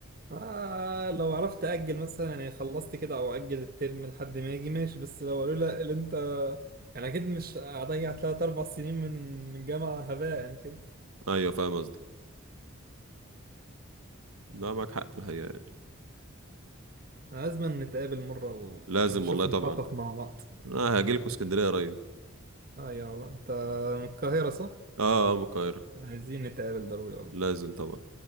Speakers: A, on the right (about 45°); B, on the right (about 80°).
A: آه لو عرفت أجل مثلا يعني خلصت كده أو أجل الترم لحد ما يجي ماشي بس لو قالوا لا اللي أنت يعني أكيد مش هضيع تلات أربع سنين من الجامعة هباء يعني كده
B: أيوة فاهم قصدك لا معاك حق الحقيقة يعني
A: لازم نتقابل مرة
B: لازم
A: ونشوف
B: والله طبعا
A: نخطط مع بعض
B: أنا هجيلكوا اسكندرية قريب
A: أيوة والله أنت من القاهرة صح؟
B: اه آه، من القاهرة
A: عايزين نتقابل ضروري والله
B: لازم طبعا